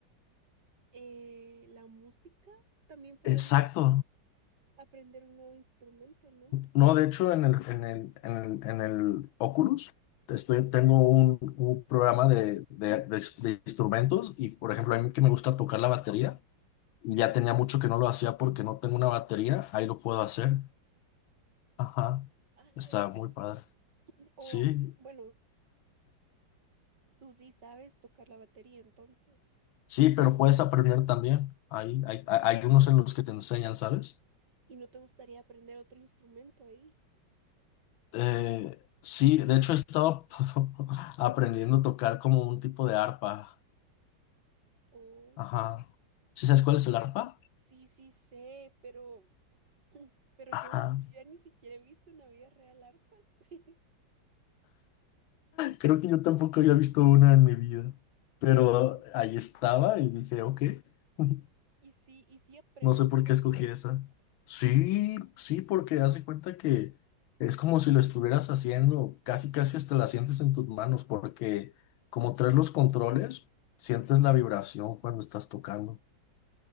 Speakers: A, on the right; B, on the left.
A: eh, la música, también podría
B: Exacto.
A: aprender un nuevo instrumento, ¿no?
B: No, de hecho, en el, en el, en el, en el Oculus estoy, tengo un, un programa de, de, de- de instrumentos y, por ejemplo, a mí que me gusta tocar la batería, Y ya tenía mucho que no lo hacía porque no tengo una batería, ahí lo puedo hacer. Ajá,
A: Ah,
B: está
A: es cierto.
B: muy padre.
A: O,
B: Sí,
A: bueno, tú sí sabes tocar la batería entonces.
B: sí, pero puedes aprender también. Hay, hay, hay hay unos en los que te enseñan, ¿sabes?
A: ¿Y no te gustaría aprender otro instrumento ahí?
B: Eh, sí, de hecho he estado <laughs> aprendiendo a tocar como un tipo de arpa.
A: O,
B: Ajá. ¿Sí sabes cuál es el arpa?
A: sí, sí sé, pero, pero
B: Ajá.
A: yo n- ya ni siquiera he visto una vida real arpas. <laughs>
B: Creo que yo tampoco había visto una en mi vida, pero
A: No.
B: ahí estaba y dije, ok. <laughs>
A: Y sí, y sí aprendes,
B: No sé por
A: o sea,
B: qué escogí
A: sí sirve.
B: esa. Sí, sí, porque hace
A: No,
B: cuenta que es como si lo estuvieras haciendo, casi casi hasta la sientes en tus manos, porque como traes los controles, sientes la vibración cuando estás tocando.